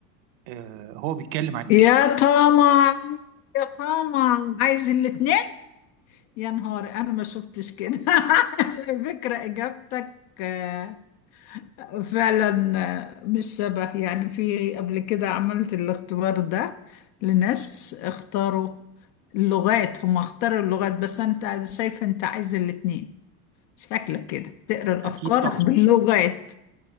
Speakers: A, on the right; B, on the left.
A: آه هو بيتكلم عن
B: يا
A: إيه
B: طمع يا طمع عايز الاتنين يا نهار أنا ما شفتش كده <laughs> على فكرة إجابتك آه، فعلا آه، مش شبه يعني في قبل كده عملت الاختبار ده لناس اختاروا اللغات هم اختاروا اللغات بس أنت شايف أنت عايز الاتنين شكلك كده تقرا الافكار
A: أكيد طبعا
B: باللغات